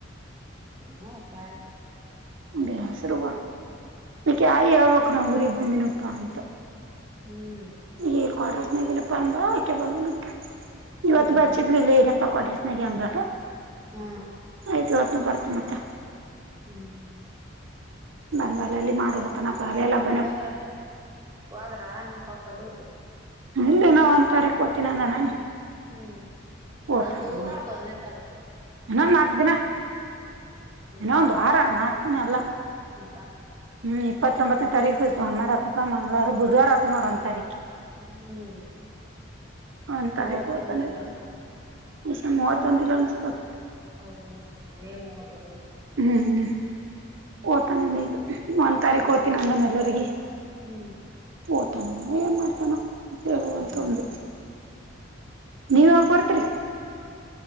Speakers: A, on the right (about 20°); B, on the right (about 75°).
A: ಹತಾಯ
B: ಬಸ್ ರುವ
A: ಹ್ಮ್
B: ಕಾಯಿ ಆಕ್ ನಾ ಊರಿಗೆಗ್ ಬಂದಿನಪ್ಪಾ ಅಂತ
A: ಹ್ಮ್
B: ಈಲ್ ಕೊಡ್ರಸ್ನಾಗ ಏನಪ್ಪಾ ಅಂದ್ರ ಆಕೆ ಬಂದ ಇವತ್ತು
A: ಹ್ಮ್
B: ಬಚ್ಚಿದ್ಲಿಲ್ಲ
A: ಹ್ಮ್
B: ಏನಪ್ಪಾ <unintelligible> ತಕೊೊಂಡ್ರ ಸ್ನಾಗ ಅನ್ಬಡ
A: ಹಾ
B: ಆಯ್ತು ಇತ್ತುನ ಬರ್ತ ಮತ್ತ <unintelligible>
A: ಹ್ಮ್ ಹ್ಮ್
B: ಬಂದಲ್ಲ ಅಲ್ಲಿ ಮಾಡ್ ಹತನ ಬಾರೆ ಎಲ್ಲ <unintelligible>
A: ಹೋದ್ರ ಹೋದ್ರ ನಿಮ್ಮ ಪಾಪ ಡ್ಯೂಟಿ
B: ಇಲ್ಲಿ ನಾ ಒಂದ್ ತಾರೀಕ ಒಗತೀನಿ ಅಂದನಾ
A: ಹ್ಮ್ ಇನ್ನ
B: ಓತಾನವಾ
A: ದೂರ ಅದು ಒಂದನೇ ತಾರೀಕು
B: ಏನ ನಾಕ್ ದಿನ <unintelligible>
A: ದಿನ
B: ಇನೋ
A: ಇಲ್ಲವು
B: ಒಂದು ವಾರ ನಾಲ್ಕು ದಿನ ಅಲ್ಲ
A: ಮತ್ತ
B: ಹ್ಮ್ ಇಪ್ಪತ್ತೊಂಬತ್ತನೇ ತಾರೀಕು ಸೋಮವಾರ ಆತದ ಮಂಗ್ ರ ಬುಧವಾರ ಆತದ ನೋಡ ಒಂದ್ ರೀು
A: ಹ್ಮ್
B: ಒಂದ್
A: ಮೂವತ್ತೊಂದ
B: ತಾರೀಕ್ ಓದ್ತಾನ
A: ಇಲ್ಲಾನ
B: ಈ ಮಹ ತಂದಿರ ಅನುಿಸತತ್ <unintelligible>
A: ಹೌದು ಮೂವತ್ತೊಂದು ಮೇ ಮೂವತ್ತೊಂದ
B: ಹ್ಮ್ ಓತಾನಾನ ಈಗ ಒಂದ್ ತಾರೀಕ್ ಓ್ತೀನ ನಂದಾನ ಎಲ್ಲರಿಗ
A: ಹ್ಮ್
B: ಓತಾನೋ ಏನ್ ಮಾಡ್ತಾನೋ ವಲ್
A: ಹ್ಮ್
B: ತ ಉಂದುು
A: ಹ್ಮ್ ಹ್ಮ್
B: ನೀವ ಯಾಗ ಬರ್ತ್ರಿ